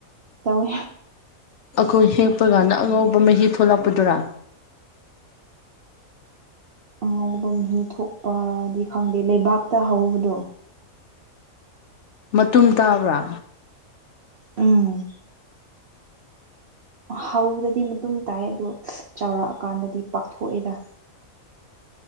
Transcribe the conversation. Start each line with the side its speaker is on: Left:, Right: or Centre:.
Right: ꯇꯧꯋꯦ
Left: ꯑꯩꯈꯣꯏ ꯍꯦꯛꯄ ꯀꯥꯟꯗ ꯑꯉꯧꯕ ꯃꯍꯤ ꯊꯣꯛꯂꯛꯄꯗꯨꯔꯥ
Right: ꯑꯉꯧꯕ ꯃꯍꯤ ꯊꯣꯛꯄꯗꯤ ꯈꯪꯗꯦ ꯂꯩꯕꯥꯛꯇ ꯍꯧꯕꯗꯣ
Left: ꯃꯇꯨꯝ ꯇꯥꯕ꯭ꯔꯥ
Right: ꯎꯝ ꯍꯧꯕꯗꯗꯤ ꯃꯇꯨꯡ ꯇꯥꯏ ꯑꯗꯨꯗꯣ ꯆꯥꯎꯔꯛꯑꯀꯥꯟꯗꯗꯤ ꯄꯥꯛꯊꯣꯛ ꯑꯦ ꯗ